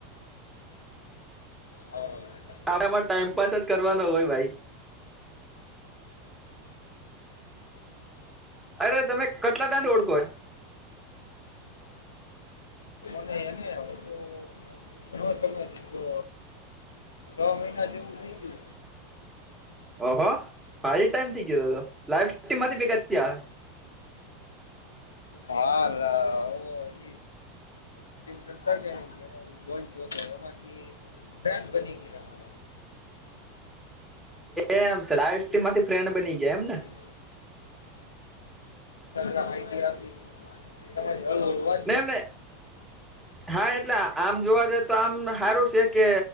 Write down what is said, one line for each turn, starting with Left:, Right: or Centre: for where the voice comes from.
Left: હા.
Centre: આનામાં ટાઈમપાસ જ કરવાનો હોય ભાઈ. અરે તમે કટલા તને ઓળખો યા.
Left: મને એને આવડતું હણવા સમય તો. છ મહિના જેવું થઈ ગયું.
Centre: ઓહો ભારી ટાઈમ થઈ ગયો હતો લાઈફ <unintelligible> માંથી બીગડતી હોય.
Left: હા લા ઓ ફતા ક કોઈ જો તોરો માંથી બેસ બની ગયા
Centre: એમ સરી માંથી ફ્રેન્ડ બની ગયા એમ ને
Left: હ માહિતી આપી તમા હળ હળ વાતચી
Centre: ને એમને હા એટલે આમ જોવા જાય તો આમ સારું છે કે